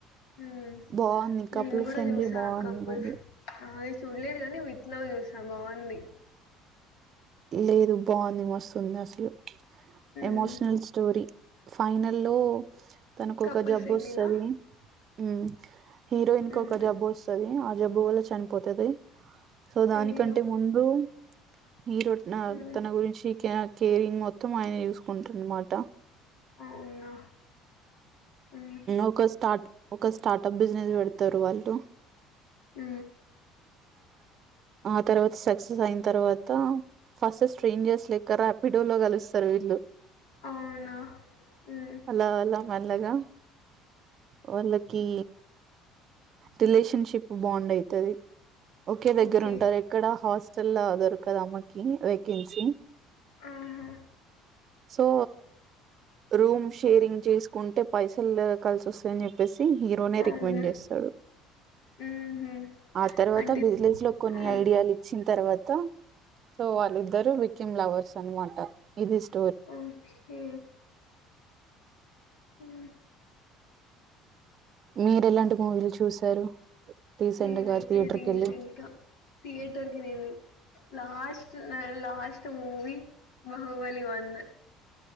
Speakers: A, on the left; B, on the right.
A: హు
B: బాగుంది కపుల్
A: నీను కూడా
B: ఫ్రెండ్లీ
A: చూసా
B: బాగుంది
A: కాప్
B: మూవీ
A: ఫే ఆ చూడలేదు కానీ విత్ లావ్ చూసా బాగుంది
B: లేదు బాగుంది మస్తుంది అసలు
A: ఉమ్.
B: ఎమోషనల్ స్టోరీ ఫైనల్ లో తనకు
A: కపుల్
B: ఒక జబ్బు
A: ఫ్రెండ్లీనా
B: వస్తుంది ఉ హీరోయిన్ కి
A: ఉహు.
B: ఒక జబ్బు వస్తది ఆ జబ్బు వల్ల చనిపోతది సో దానికంటే
A: అయ్యో
B: ముందు హీరో
A: ఉమ్.
B: తన గురించి కె కేరింగ్ మొత్తం ఆయన చూసుకుంటార అన్నమాట
A: అవునా ఉమ్.
B: ఒక స్టార్ట్ ఒక స్టార్టప్ బిజినెస్ పెడతారు వాళ్ళు
A: ఉ
B: ఆ తర్వాత సక్సెస్ అయిన తర్వాత ఫాస్ట్ చేయింజర్స్ లెక్క రాపిడోలో కలుస్తారు వీళ్ళు
A: అవునా హు
B: అలా అలా మెల్లగా వాళ్ళకి రిలేషన్ షిప్ బాండ్ అయితది ఒకే దగ్గర
A: ఓకే
B: ఉంటాది ఎక్కడ హాస్టల్ దొరకదు అమేకి వేకెన్సీ
A: ఆహా
B: సో రూమ్ షేరింగ్ చేసుకుంటే పైసలు కలిసి వస్తాయని చెప్ చెప్పేసి హీరోనే
A: అవును
B: రికమెండ్ చేస్తాడు
A: ఉహు.
B: ఆ తర్వాత
A: అంటే
B: బిజినెస్ లో కొన్ని
A: ఆ,
B: ఐడియాలు ఇచ్చి తర్వాత సో వాళ్ళ ఇద్దరు వికెమ్ లవర్స్ అన్న మాట ఇది ఇష్ట
A: ఓ కే హు
B: మీరు ఎలాంటి మూవీలు చూసారు రీసెంట్
A: నేన్
B: గా
A: అయితే
B: థియేటర్
A: రీసెంట్గా
B: కి వెళ్ళి
A: థియేటర్ కి వెళ్లి లాస్ట్ త్ <inaudible> last movie Baahubali one